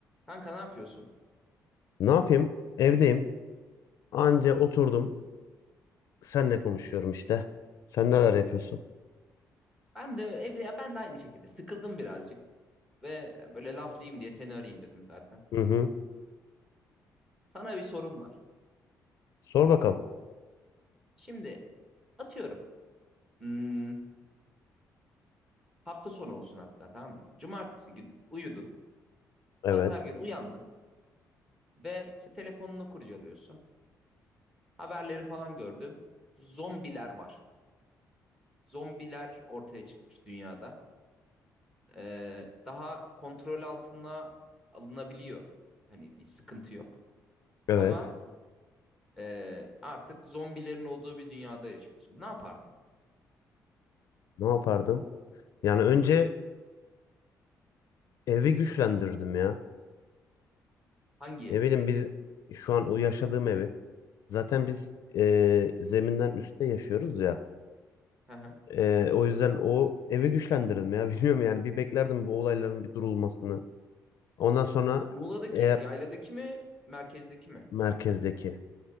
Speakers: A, in the centre; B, on the left.
A: Kanka ne yapıyorsun?
B: Ne yapayım? Evdeyim. Anca oturdum. Senle konuşuyorum işte. Sen neler yapıyorsun?
A: Ben de evde ya ben de aynı şekilde sıkıldım birazcık ve böyle laflayayım diye seni arayayım dedim zaten.
B: Hı hı.
A: Sana bir sorum var.
B: Sor bakalım.
A: Şimdi atıyorum. hmm, hafta sonu olsun hatta tamam mı? Cumartesi gün uyudun.
B: Evet.
A: Pazar gün uyandın ve se- telefonunu kurcalıyorsun. Haberleri falan gördün. Zombiler var. Zombiler ortaya çıkmış dünyada. Ee, daha kontrol altına alınabiliyor. Hani bir sıkıntı yok.
B: Evet.
A: Ama Ee, artık zombilerin olduğu bir dünyada yaşıyorsun. Ne yapardın?
B: Ne yapardım? Yani önce evi güçlendirdim ya.
A: Hangi
B: Ne
A: evi?
B: bileyim biz şu an o yaşadığım evi. Zaten biz e, zeminden üstte yaşıyoruz ya.
A: Hı hı.
B: E, o yüzden o evi güçlendirdim ya. <laughs> Bilmiyorum yani bir beklerdim bu olayların bir durulmasını. Ondan sonra
A: Muğla'daki,
B: eğer
A: yayladaki mi, merkezdeki mi?
B: merkezdeki.